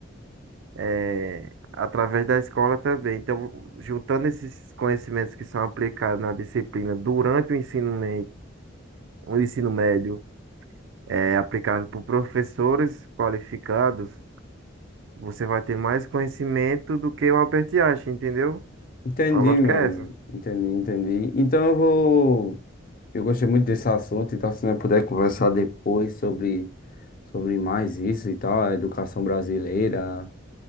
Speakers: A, on the right; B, on the left.
A: é, através da escola também. Então, juntando esses conhecimentos que são aplicados na disciplina durante o ensino, me- o ensino médio é aplicado por professores qualificados, você vai ter mais conhecimento do que o Albert Einstein, entendeu?
B: Entendi,
A: A lógica
B: meu
A: é
B: amigo.
A: essa.
B: Entendi, entendi. Então eu vou. Eu gostei muito desse assunto, então se nós puder conversar depois sobre, sobre mais isso e tal, a educação brasileira